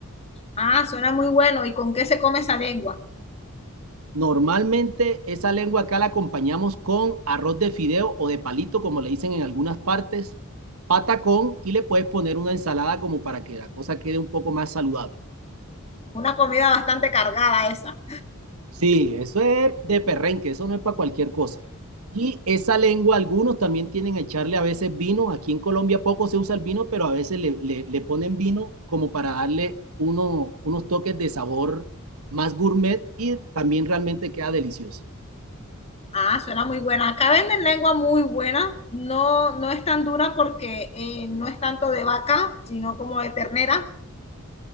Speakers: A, on the left; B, on the right.
A: Ah, suena muy bueno. ¿Y con qué se come esa lengua?
B: Normalmente esa lengua acá la acompañamos con arroz de fideo o de palito, como le dicen en algunas partes, patacón y le puedes poner una ensalada como para que la cosa quede un poco más saludable.
A: Una comida bastante cargada esa.
B: Sí, eso es de perrenque, eso no es para cualquier cosa. Y esa lengua, algunos también tienen a echarle a veces vino. Aquí en Colombia poco se usa el vino, pero a veces le, le- le ponen vino como para darle uno- unos toques de sabor más gourmet y también realmente queda delicioso.
A: Ah, suena muy buena. Acá venden lengua muy buena. No, no es tan dura porque eh, no es tanto de vaca, sino como de ternera.